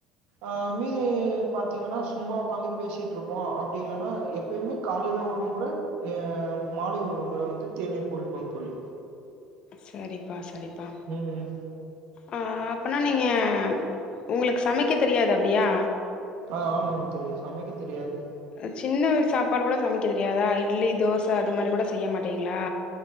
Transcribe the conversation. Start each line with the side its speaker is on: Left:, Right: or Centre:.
Right: அ மீதி பாத்தீங்கன்னா சும்மா ஒக்காந்து பேசிட்ருப்போ அப்டி இல்லன்னா எப்போமே காலைல ஒரு முற அ மாலைல ஒரு முற வந்து தேநீர் குடிப்போ தோழி
Left: சரிப்பா சரிப்பா
Right: ம்
Left: ஆ அப்பன்னா நீங்க ஒங்ளுக்கு சமைக்க தெரியாது அப்டியா
Right: ஆ ஆமாங் தோழி சமைக்க தெரியாது
Left: அ சின்ன சாப்பாடு கூட சமைக்க தெரியாதா இட்லி தோச அது மாரி கூட செய்ய மாட்டிங்களா